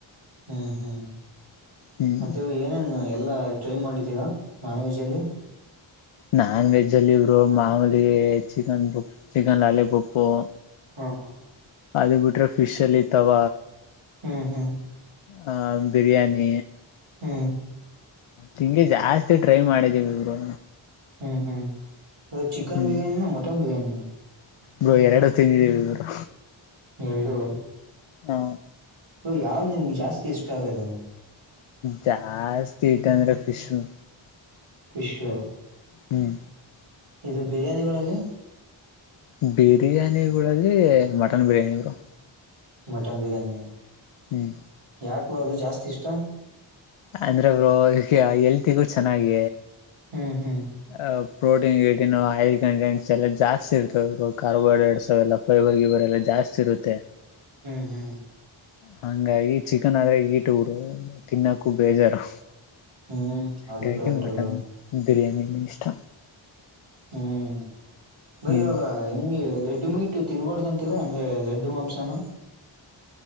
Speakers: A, on the right (about 80°); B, on the left (about 80°).
A: ಹ್ಮ್ ಹ್ಮ್
B: ಹ್ಮ್
A: ಮತ್ತೆ ಏನೇನು ಎಲ್ಲಾ ಚಯ ಮಾಡಿದ್ದೀರಾ ನಾನ್ವೆೆಜ್ ಅಲ್ಲಿ
B: ನಾನ್ ವೆಜ್ ಅಲ್ಲಿ ಇಬ್ರು ಮಾಮೂಲಿ ಚಿಕನ್ ಪಪ್ಪು ಚಿಕನ್ ಲಾಲಿ ಪಪ್ಪು
A: ಹಾ ಹಾ
B: ಅದು ಬಿಟ್ರೆ ಫಿಶ್ ಅಲ್ಲಿ ಇತಾವ
A: ಹ್ಮ್ ಹ್ಮ್
B: ಹ ಬಿರಿಯಾನಿ
A: ಹೂ
B: ತಿಂಡಿ ಜಾಸ್ತಿ ಟ್ರೈ ಮಾಡಿದಿವಿ ಬ್ರೋ
A: ಹ್ಮ್ ಹ್ಮ್ ಬ್ರೋ ಚಿಕನ್
B: ಹ್ಮ್
A: ಬಿರಯಾನಿ ನ ಮಟನ್ ಬಿರಯಾನಿ ನ
B: ಬ್ರೋ ಎರಡು ತಿಂದಿದೀವಿ ಬ್ರೋ
A: ಎರಡು
B: ಹಾ
A: ಯಾವ್ದೋ ನಿಮ್ಗೆ ಜಾಸ್ತಿ ಇಷ್ಟ ಆಗದ
B: ಜಾಸ್ತಿ ಇಷ್ಟ ಅಂದ್ರೆ ಫಿಶು
A: ಪಿಶು
B: ಹ್ಮ್
A: ಇದು ಬಿರಿಯಾನೀ ಒಳಗೇ
B: ಬಿರಿಯಾನಿ ವೋಲಗೆ mutton biryani bro
A: mutton biryani
B: ಹ್ಮ್
A: ಯಾಕು ಅದು ಜಾಸ್ತಿ ಇಷ್ಟ
B: ಅಂದ್ರ ಬ್ರೋ ಹೆಲ್ತ್ಗುಚೆನ್ನಾಗಿ
A: ಹ್ಮ್ ಹ್ಮ್
B: <unintelligible> ಪ್ರೋಟೀನ್ ಗಟನ್ ಹೆಲ್ತ್ ಕಂಟೆಂಟ್ಸ್ ಎಲ್ಲ ಜಾಸ್ತಿ ಇರ್ತದೆ ಕಾರ್ಬೋಹೈಡ್ರೇಟ್ಸ್ ಎಲ್ಲ ಪೈಬರ್ ಗಿಬರ್ ಎಲ್ಲ ಜಾಸ್ತಿ ಜಾಸ್ತಿ ಇರುತ್ತೆ
A: ಹ್ಮ್ ಹ್ಮ್
B: ಹಂಗಾಗಿ ಚಿಕನ್ ಆದ್ರೆ ಹೀಟ್ ಬ್ರೋ ತಿನ್ನಕ್ಕು ಬೇಜಾರು
A: ಹ್ಮ್
B: ಹಂಗಾಗಿ
A: ಅದು ಕರೆಕ್ಟ್
B: ಮಟನ್
A: ಅಲ್ಲ
B: ಬಿರಿಯಾನಿ ಇಷ್ಟ
A: ಹ್ಮ್ ಬಾಯಿ
B: ಹ್ಮ್
A: ಇವಾಗ ಹೆಂಗೆ ರೆಡಿಮೀಟ್ ತಿನ್ಬಾರಡ್ದ ಅಂತದ ಹಂಗೆ ರೆಡ್ ಮಾಂಸಾನ